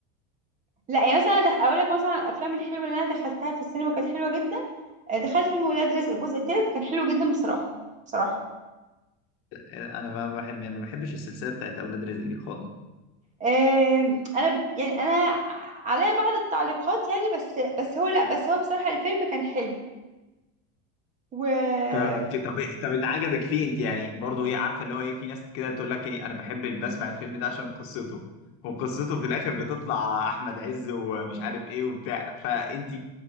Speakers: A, on the right; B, on the left.
A: لا يعني مثلا أنا دخ... اقول لك مثلا على الافلام الحلوه اللي انا دخلتها في السينما كانت حلوه جدا آه، دخلت فيلم ولاد رزق الجزء التالت كان حلو جدا بصراحه بصراحه
B: انا ما بحب يعني ما بحبش السلسله بتاعت اولاد رزق دي خالص
A: آم، انا ب- يعني انا ع- عليا بعض التعليقات يعني بس بس هو لا بس هو بصراحه الفيلم كان حلو و
B: ك- ك- طب إيه، طب اللي عجبك فيه انت يعني برضو ايه عارفه اللي هو ايه في ناس كده تقول لك ايه انا بحب ال- بسمع الفيلم ده عشان قصته وقصته في الاخر بتطلع احمد عز ومش عارف ايه وبتاع فانت